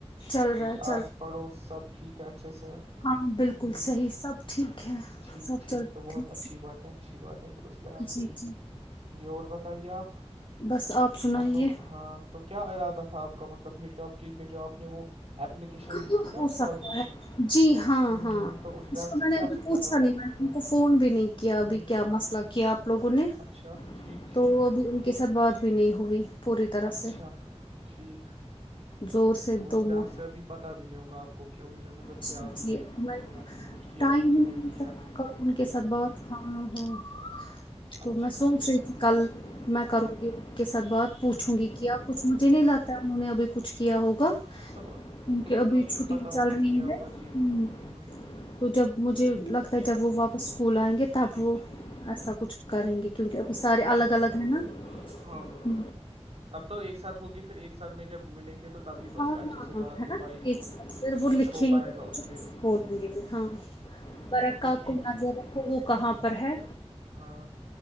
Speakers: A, on the left; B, on the right.
A: چل
B: جی
A: رہا ہے چل
B: آس پڑوس سب ٹھیک ہے اچھے سے
A: ہاں بالکل
B: ہ
A: صحیح سب ٹھیک ہے
B: ٹھیک
A: سب چلتے
B: تو
A: ٹھیک
B: بہت اچھی بات ہے اچھی بات ہے پھر اس لحاظ سے
A: جی
B: بھی
A: جی
B: جی اور بتایئے آپ
A: بس آپ سنائیے
B: ہاں تو ہاں تو کیا ارادہ تھا آپ کا مطلب ہل ٹاپ کے بھی جو آپ نے وہ اپلیکیشن
A: کہاں
B: دی تھی نا
A: ہو
B: استادوں
A: سکتا
B: نے
A: ہے جی ہاں
B: ہ
A: ہاں
B: ہوں تو اس لحاظ
A: کو
B: سے
A: میں نے
B: کیا
A: ابھی
B: اسکول
A: پوچھا
B: والوں
A: نہیں
B: نے
A: میں
B: کیا
A: ان کو فون بھی نہیں کیا
B: ہوں
A: ابھی کیا مسئلہ کیا آپ لوگوں نے
B: اچھا ٹھیک
A: تو
B: ٹھیک
A: ابھی ان کے ساتھ بات بھی نہیں ہوئی پوری طرح
B: اچھا
A: سے
B: ٹھیک
A: زور سے
B: تو اس
A: دو
B: لحاظ
A: مو
B: سے ابھی پتا بھی نہیں ہوگا آپ کو کو کہ انہوں نے مطلب
A: جی،
B: کیا ابھی یہ
A: میں
B: اس لحاظ سے کچھ کیا
A: ٹائم
B: ابھی
A: ہی
B: کہ نہیں
A: ملتا
B: کیا
A: میں کروں ان
B: ہوں
A: کے ساتھ
B: ہوں
A: بات ہاں ہاں تو
B: اچھا
A: میں سونچ
B: ٹھیک
A: رہی تھی کل
B: ہوں
A: میں
B: ہوں
A: کروں گی کے ساتھ بات پوچھوں
B: ہوں
A: گی
B: ہوں
A: کیا کچھ مجھے
B: ہوں
A: نہیں لگتا انہوں نے ابھی کچھ کیا ہوگا
B: ہاں مطلب
A: ان
B: کچھ
A: کی ابھی
B: تو نہیں
A: چھٹی
B: پتا ہوگا
A: چل رہی
B: کیا ہوگا
A: ہے
B: جی
A: ہ
B: ہوں ہوں
A: تو جب مجھے لگتا
B: اچھا
A: ہے جب وہ واپس اسکول آئیں گے تب
B: ٹھیک
A: وہ
B: ٹھیک
A: ایسا کچھ کریں گے کیونکہ اب سارے الگ
B: اچھا
A: الگ ہیں نا
B: ہاں ہاں ہاں
A: ہا
B: تب تو ایک ساتھ ہوگے پھر ایک ساتھ میں جب ملیں گے تو تبھی بس
A: ہاں ہاں
B: اچھے سے
A: ہاں
B: بات ہو
A: ہے
B: پائے گی
A: نا وہ
B: کچھ
A: لکھیں
B: ہو پائے
A: گے
B: گا اس پہ ہ
A: بول دیں گے پھر ہاں برکع
B: وہ تو ٹھیک
A: کو نظر
B: ہی
A: رکھو وہ کہاں
B: جی
A: پر ہے
B: ہاں